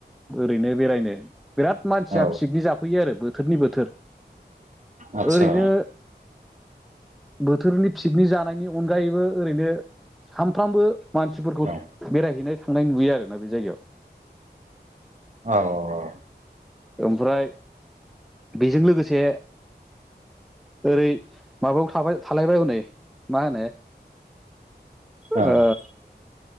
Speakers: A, in the centre; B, on the right.
A: ओरैनो बेरायनो बिराद मानसिया
B: औ
A: पिकनिक जाफैयो आरो बोथोर बोथोरनि बोथोर
B: आदसा
A: ओरैनो बोथोरनि पिकनिक जानायनि अनगायैबो ओरैनो सानफ्रामबो मानसिफोरखौ
B: औ
A: बेरायहैनाय थांनाय नुयो आरोना बे जायगायाव
B: औ औ औ
A: ओमफ्राय बेजों लोगोसे ओरै माबायावाबाय थालायबाय हनै मा होनो
B: औ
A: ओ
B: <inaudible>